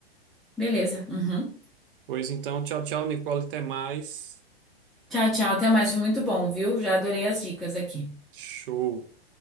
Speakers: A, in the centre; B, on the right.
A: Beleza. Uhum.
B: Pois então, tchau, tchau, Nicole, até mais.
A: Tchau, tchau. Até mais. Foi muito bom, viu? Já adorei as dicas aqui.
B: Show.